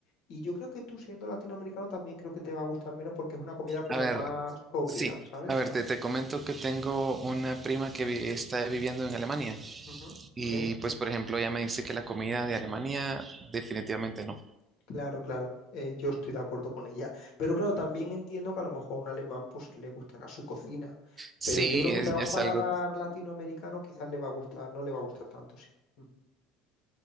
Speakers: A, on the left; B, on the right.
A: Y yo creo que tú siendo latinoamericano también creo que te va a gustar menos porque es una comida como
B: A ver,
A: más sobria,
B: sí.
A: ¿sabes?
B: A ver, te, te comento que tengo una prima que vi- está viviendo en Alemania
A: Ujú.
B: y
A: Sí.
B: pues, por ejemplo, ella me dice que la comida de Alemania definitivamente no.
A: Claro, claro, eh, yo estoy de acuerdo con ella. Pero claro, también entiendo que a lo mejor a un alemán pues le gustará su cocina,
B: Sí,
A: pero yo creo que
B: es,
A: para
B: es
A: un paladar
B: algo,
A: latinoamericano quizás le va a gustar, no le va a gustar tanto, sí. Ujú.